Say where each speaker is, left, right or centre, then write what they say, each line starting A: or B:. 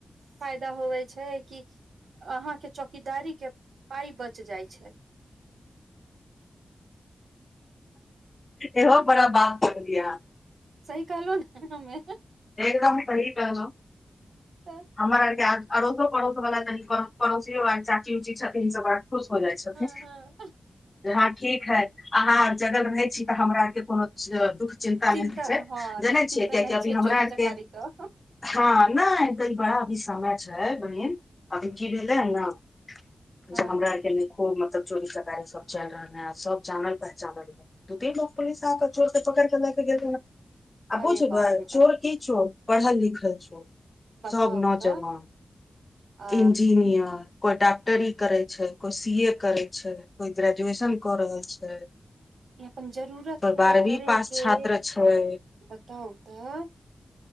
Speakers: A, on the right; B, on the left.
A: फायदा होवै छै कि अहाँ के चौकीदारी के पाइ बच जाइ छै
B: इहो बड़ा बात कहलियै अहाँ।
A: सही कहलौं ने हम्मे।
B: एकदमे सही कहलौं
A: तऽ
B: हमरा आरके आर अड़ोसो पड़ोसो बला तनि पड़ोसियो आर चाची ऊची छथिन सबर खुश हो जाइ छथिन
A: हँ हँ
B: जे हँ ठीक है अहाँ जग रहै छी तऽ हमरा आरके कोनो च दुःख चिन्तामे
A: चिन्ता
B: होइ छै
A: हँ
B: जनेै
A: दुःख चिन्ता
B: छियै कियेकी
A: नहि
B: आब अभी
A: छै
B: हमरा
A: चोरी
B: आरके
A: चकारी के
B: हँ नय आ ई बड़ा अभी समय छै बहिन अभी की भेलै हन न जे
A: हँ
B: हमरा आर के खूब मतलब चोरी चकारी सब चलि रहल हय आ सब जानल पहचानल हय दिन मे पुलिस आक चोरके पकड़ि के लए के गेलै ने आ बूझबै
A: अरे बाप रे बाप
B: चोर की चोर पढ़ल लिखल चोर
A: बताउ
B: सब नौजवान
A: तऽ अ
B: इंजीनियर कोइ डॉक्टरी करै छै कोइ सी ए करै छै कोइ ग्रेजुएशन कऽ रहल छै
A: ई अपन जरूरत
B: कोइ
A: पूरा
B: बारहवीं
A: करे
B: पास
A: के
B: छात्र छै
A: बताउ तऽ